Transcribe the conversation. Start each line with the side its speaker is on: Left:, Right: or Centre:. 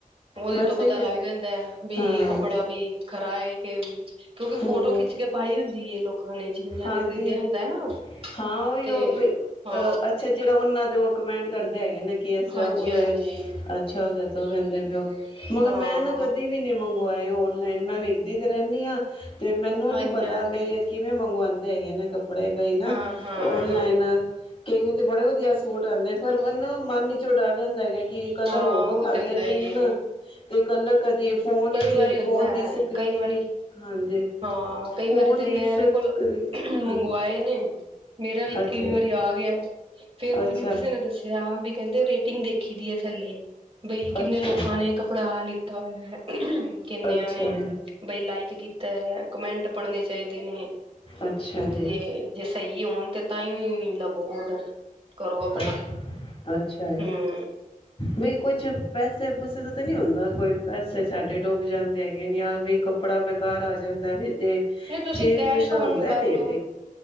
Right: ਉਹਦੇ
Left: ਬਸ
Right: ਤੋਂ
Left: ਸਹੀ
Right: ਪਤਾ ਲੱਗ
Left: ਹੈ
Right: ਜਾਂਦਾ, ਵੀ
Left: ਹਾਂ
Right: ਕੱਪੜਾ ਵੀ ਖਰਾ ਹੈ ਕਿ ਕਿਉਂਕਿ ਫੋਟੋ
Left: ਹੂੰ,
Right: ਖਿੱਚ ਕੇ ਪਾਈ ਹੁੰਦੀ। ਆ ਲੋਕਾਂ ਨੇ ਜਿੰਨਿਆ
Left: ਹਾਂਜੀ
Right: ਨੇ ਖਰੀਦਿਆ ਹੁੰਦਾ, ਨਾ ਓਹ
Left: ਹਾਂ ਉਹੀ
Right: ਤੇ
Left: ਉਹ ਬਈ
Right: ਹਾਂ
Left: ਅ ਅੱਛਾ ਜਿਹੜਾ ਉਹਨਾਂ ਦੇ ਉਹ ਕਮੈਂਟ ਕਰਦੇ ਹੈਗੇ ਨੇ,
Right: ਹਾਂਜੀ
Left: ਉਹਦੇ
Right: ਹਾਂਜੀ
Left: ਅੱਛਾ ਉਹਦੇ ਤੋਂ ਕਹਿੰਦੇ, ਪਓ ਮਗਰ
Right: ਹਾਂ
Left: ਮੈਂ ਨਾ
Right: ਹਾਂ
Left: ਕਦੀ ਵੀ ਨੀ ਮੰਗ ਵਾਏ ਔਨਲਾਈਨ ਮੈਂ ਵੇਖਦੀ ਤੇ ਰਹਿੰਦੀ ਹਾਂ, ਤੇ ਮੈਨੂੰ
Right: ਹਾਂਜੀ
Left: ਨੀ ਪਤਾ
Right: ਹਾਂਜੀ
Left: ਬਈ ਵੇਂ ਮੰਗਵਾਦੇ ਹੈਗੇ, ਨੇ ਕੱਪੜੇ ਬਈ ਨਾ
Right: ਹਾਂ ਹਾਂ
Left: ਔਨਲਾਈਨ ਕਈ ਵਾਰੀ ਤੇ ਬੜੇ ਵਧੀਆ ਸੂਟ ਫਿਰ ਹਨਾ, ਮਨ ਵਿੱਚ ਚੋਂ ਡਰ ਰਹਿੰਦਾ। ਕੀ ਕਲਰ
Right: ਹਾਂ
Left: ਹੋਰ ਵਖਾਂਦੇ
Right: ਉਹ ਤੇ ਹੁੰਦਾ
Left: ਪਏ
Right: ਹੀ
Left: ਨੇ,
Right: ਏ
Left: ਤੇ ਕਲਰ ਕਦੀ, ਫੋਨ ਵਿੱਚ
Right: ਕਈ ਵਾਰੀ ਹੁੰਦਾ
Left: ਫੋਨ
Right: ਹੈ
Left: ਦੀ ਸਕਰੀਨ
Right: ਕਈ ਵਾਰੀ
Left: ਹਾਂਜੀ।
Right: ਹਾਂ ਕਈ
Left: ਫੋਨ
Right: ਵਾਰੀ ਤੇ
Left: ਦੀ
Right: ਮੈਂਰੇ
Left: ਸਕਰੀਨ
Right: ਕੋਲ ਮੰਗਵਾਏ
Left: ਹਾਂ
Right: ਨੇ, ਮੇਰਾ ਵੀ ਇੱਕ
Left: ਅੱਛਾ
Right: ਵਾਰੀ ਆ ਗਿਆ ਫੇਰ ਮੈਨੂੰ
Left: ਅੱਛਾ,
Right: ਕਿਸੇ ਨੇ ਦੱਸਿਆ ਵੀ ਕਹਿੰਦੇ ਰੇਟਿੰਗ ਦੇਖੀ ਦੀ ਹੈ। ਥੱਲੇ ਬਈ ਕਿੰਨੇ
Left: ਅੱਛਾ,
Right: ਲੋਕਾਂ ਨੇ ਕੱਪੜਾ ਲਿੱਤਾ ਹੋਇਆ। ਕਿੰਨਿਆਂ
Left: ਅੱਛਾ
Right: ਨੇ
Left: ਜੀ।
Right: ਬਈ ਲਾਈਕ ਕੀਤਾ ਹੈ ਕਮੈਂਟ ਪੜਨੇ ਚਾਹੀਦੇ ਨੇ,
Left: ਅੱਛਾ ਜੀ,
Right: ਜੇ ਜੇ ਸਹੀ ਹੋਣ ਤੇ ਤਾਹੀਓਂ ਹੀ ਲਵੋ ਆਰਡਰ ਕਰੋ ਆਪਣਾ,
Left: ਅੱਛਾ, ਅੱਛਾ ਜੀ,
Right: ਹਮ
Left: ਵੀ ਕੁਛ ਪੈਸੇ ਪੂਸੇ ਦਾ ਤਾਂ ਨਹੀਂ ਹੁੰਦਾ ਕੋਈ ਪੈਸੇ ਸਾਡੇ ਡੁੱਬ ਜਾਂਦੇ ਹੈਗੇ ਨੇ ਜਾਂ ਵੀ ਕੱਪੜਾ ਬੇਕਾਰ ਆ ਜਾਂਦਾ ਵੇ ਤੇ
Right: ਨਹੀਂ ਤੁਸੀਂ
Left: ਚੇਂਜ
Right: ਕੈਸ਼
Left: ਚੇਂਜ ਦਾ
Right: ਔਨ
Left: ਆਂਦਾ
Right: ਕਰ
Left: ਵੀ,
Right: ਲਓ।